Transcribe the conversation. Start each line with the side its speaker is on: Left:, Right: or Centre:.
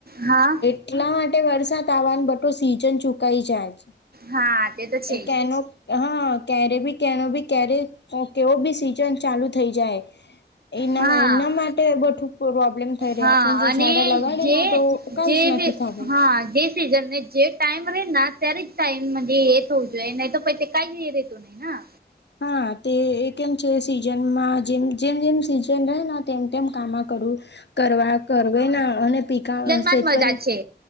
Right: હા
Left: એટલા માટે વરસાદ આવવાનું બટો સીઝન ચુકાઈ જાય છે
Right: હા તે તો છે
Left: એ કે એનો હા ક્યારે બી કેનો ભી ક્યારે કેવો બી સીઝન ચાલુ થઈ જાય એના
Right: હા
Left: એના માટે બધું પ્રોબ્લેમ થઈ રહી
Right: હા
Left: આપને જો
Right: અને
Left: ઝાડા લગાડે
Right: જે
Left: તો કઈ
Right: જે
Left: જ નથી થવે.
Right: હા જે સન ને જે ટાઈમ ર ત્યારે જ ટાઈમ એ થવું જોઈએ નહી તો પ કઈ જ રેતું ના
Left: હા તે કેમ છે સીઝનમાં જેમ જેમ જેમ સીઝન રહેને તેમ તેમ કામ કરું કરવા કર ના અને પીકા
Right: માં
Left: શેદ
Right: જ મજા
Left: કરી
Right: છે.